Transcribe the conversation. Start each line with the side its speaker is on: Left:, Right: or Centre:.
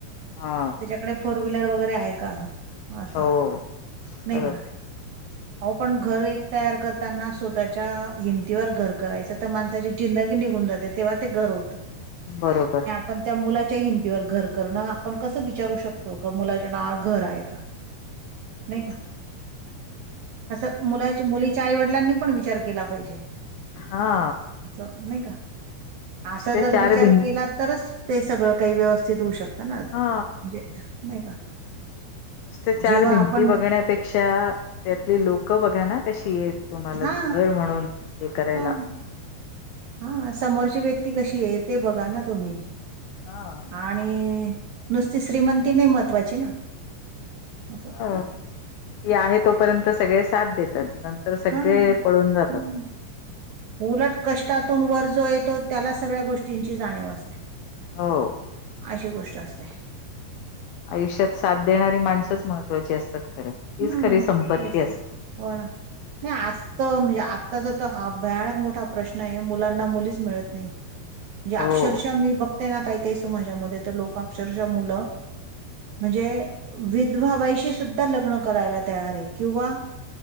Left: हा
Right: त्याच्याकडे फोर व्हीलर वगैरे आहे का? असं
Left: हो खरंच
Right: नाही का
Left: ये.
Right: अहो पण घर एक तयार करताना स्वतःच्या हिम- तीवर घर करायचं, तर माणसाची जिंदगी निघून जाते तेव्हा ते घर होतं.
Left: बरोबर.
Right: पण त्या मुलाच्या हिमतीवर घर करणं आपण कसं विचारू शकतो का मुलाच्या नावावर घर आहे का? नाही
Left: तेचना.
Right: का असं मुलाच् मुलीच्या आईवडिलांनी पण विचार केला पाहिजे.
Left: हा.
Right: ज नाही का?
Left: नुसते
Right: असा जर
Left: चार
Right: विचार-
Left: भिंत
Right: - तरच ते सगळं काही व्यवस्थित होऊ शकतं ना म्हणजे
Left: हा
Right: नाही का
Left: नुसत्या चार
Right: जेव्हा
Left: भिंती
Right: आपण
Left: बघण्यापेक्षा त्यातली लोकं बघा ना कशीयेत. तुम्हाला
Right: हा
Left: घर म्हणून हे करायला
Right: हा
Left: --
Right: हा समोरची व्यक्ती कशी आहे. ते बघा ना तुम्ही.
Left: हा.
Right: आणि नुसती श्रीमंती नई महत्वाची ना? असं
Left: हा ती आहे. तोपर्यंत सगळे साथ देतात नंतर सगळे
Right: हा
Left: पळून जातात.
Right: हम्म. उलट कष्टातून वर जो येतो त्याला सगळ्या गोष्टींची जाणीव असते.
Left: हो.
Right: अशी गोष्ट असते.
Left: आयुष्यात साथ देणारी माणसंच महत्त्वाची असतात खरं तीच
Right: हम्म
Left: खरी संपत्ती
Right: तेच
Left: असते
Right: ना? हो ना नाई आज त म्हणजे आत्ताचा त हा भयानक मोठा प्रश्न आहे मुलांना मुलीच- - मिळत नाही. म्हणजे
Left: हो
Right: अक्षरशा मी बघ- - ते ना काई काई समाजामध्ये तर लोक अक्षरशः मुलं म्हणजे- - विधवा बाईशी सुद्धा लग्न- - करायला तयार आहे किंवा